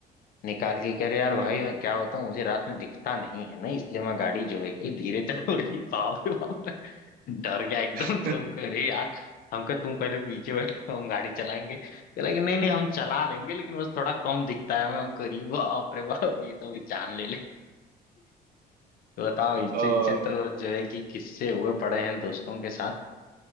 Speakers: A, on the left; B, on the right.
A: निकाल के कह रहे यार
B: हम्म
A: भाई मैं क्या होता हूँ मुझे रात में दिखता नहीं है ना इसलिए मैं गाड़ी जो है कि धीरे चला रही बाप रे बाप मैं डर गया एकदम
B: <laughs>
A: से हमको <laughs> अरे यार हमको तुम पहले पीछे बैठो हम गाड़ी चलाएंगे कहला कि नहीं नहीं हम चला लेंगे लेकिन बस थोड़ा कम दिखता है मैं हमको अरे बाप रे बाप ये तो भी जान ले ले <laughs> तो बताओ इच्छे
B: अ,
A: इच्छे तो जो है कि किस्से हुए पड़े हैं दोस्तों के साथ